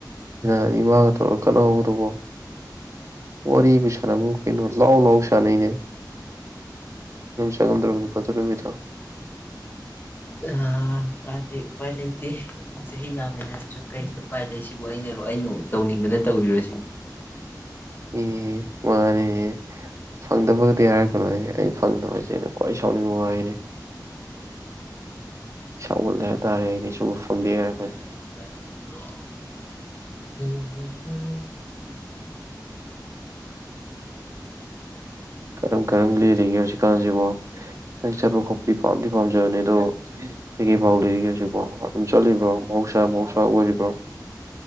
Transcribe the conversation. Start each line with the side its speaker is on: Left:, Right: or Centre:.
Right: ꯑꯩ ꯃꯥꯥꯒ ꯇꯧꯔꯒ ꯈꯠꯅꯍꯧꯒꯗꯧꯕ ꯋꯥꯔꯤꯕꯨ ꯁꯥꯅꯕꯨ ꯀꯩꯅꯣ ꯂꯥꯎ ꯂꯥꯎ ꯁꯥꯟꯅꯩꯅꯦ <unintelligible> ꯀꯗꯨꯔꯨꯃꯤꯗ
Left: ꯑ ꯀꯥꯗꯦ ꯎꯄꯥꯏ ꯂꯩꯇꯦ ꯆꯍꯤ ꯌꯥꯝꯃꯦ ꯍꯥꯏꯔꯁꯨ ꯀꯩ ꯎꯄꯥꯏ ꯂꯩ ꯁꯤꯕꯨ ꯑꯩꯅꯔꯣ ꯑꯩꯅ ꯇꯧꯅꯤꯡꯗꯅ ꯇꯧꯕꯤꯔꯣ ꯁꯤꯕꯨ
Right: ꯑꯦ ꯃꯥꯅꯦ ꯐꯪꯗꯕꯒꯗꯤ ꯌꯥꯔꯒꯅꯣꯍ ꯑꯩ ꯐꯪꯗꯕ ꯍꯥꯏꯁꯦ ꯑꯩꯅ ꯈ꯭ꯋꯥꯏ ꯁꯥꯎꯅꯤꯡꯕ ꯋꯥꯍꯩꯅꯤ ꯁꯒꯠꯂꯦ ꯍꯥꯏꯕ ꯇꯥꯔꯦ ꯑꯩꯗꯤ ꯁꯨꯝꯕ ꯐꯣꯟꯗꯦ ꯍꯥꯏꯔꯛ ꯀꯁꯦ
Left: <unintelligible>
Right: ꯀꯔꯝ ꯀꯔꯝ ꯂꯦꯜꯂꯤꯒꯦ ꯍꯧꯖꯤꯛ ꯍꯧꯖꯤꯛꯀꯥꯟꯁꯤꯕꯣ ꯅ ꯆꯠꯄ ꯈꯣꯠꯄꯗꯤ ꯄꯥꯝꯗꯤ ꯄꯥꯝꯖꯕꯅꯦ ꯑꯗꯣ ꯀꯩꯀꯩ ꯐꯥꯎ ꯂꯩꯔꯤꯒꯦ ꯍꯧꯖꯤꯛꯕꯣ ꯑꯗꯨꯝ ꯆꯠꯂꯤꯕ꯭ꯔꯣ ꯃꯍꯧꯁꯥ ꯃꯍꯧꯁꯥ ꯑꯣꯏꯔꯤꯕ꯭ꯔꯣ